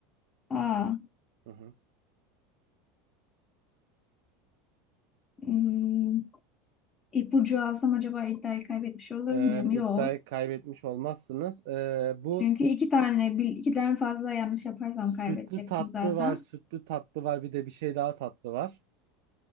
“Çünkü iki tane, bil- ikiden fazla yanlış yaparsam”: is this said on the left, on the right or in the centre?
Left